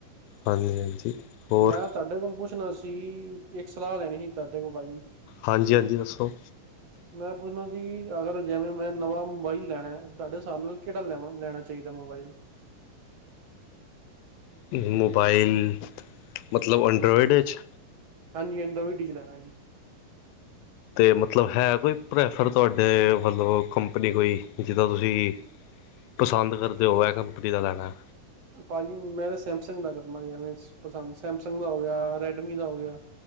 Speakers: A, on the left; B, on the right.
A: ਹਾਂਜੀ, ਹਾਂਜੀ ਹੋਰ
B: ਮੈਂ ਤੁਹਾਡੇ ਕੋਲ ਪੁੱਛਣਾ ਸੀ? ਇੱਕ ਸਲਾਹ ਲੈਣੀ ਸੀ, ਤਾਡੇ ਕੋਲ ਭਾਜੀ।
A: ਹਾਂਜੀ ਹਾਂਜੀ ਦੱਸੋ
B: ਮੈਂ ਪੁੱਛਣਾ ਸੀ ਅਗਰ ਜਿਵੇਂ, ਮੈਂ ਨਵਾਂ ਮੋਬਾਈਲ ਲੈਣਾ। ਤੁਹਾਡੇ ਸਾਬ ਨਾਲ ਕਿਹੜਾ ਲੈ ਲੈਣਾ ਚਾਹੀਦਾ ਮੋਬਾਈਲ?
A: ' ਮੋਬਾਇਲ। ਮਤਲਬ ਐਂਡਰਾਇਡ ਵਿੱਚ।
B: ਹਾਂਜੀ। ਇਡਰੋਡੀਜ਼ ਲੈਣਾ ਜੀ।
A: ਤੇ ਮਤਲਬ ਹੈ ਕੋਈ, ਪ੍ਰੈਫਰ ਤੁਹਾਡੇ ਵੱਲੋਂ ਮਤਲਬ ਕੰਪਨੀ ਕੋਈ ਜਿੱਦਾਂ ਤੁਸੀਂ ਪਸੰਦ ਕਰਦੇ ਓ, ਐ ਕੰਪਨੀ ਦਾ ਲੈਣਾ ਐ।
B: ਭਾਜੀ। ਮੈਂ ਤਾਂ ਸੈਮਸੰਗ ਦਾ ਕਰਨਾ ਜਵੇਂ, ਪਸੰਦ ਸੈਮਸੰਗ ਦਾ ਹੋ ਗਿਆ ਰੈਡਮੀ ਦਾ ਹੋ ਗਿਆ।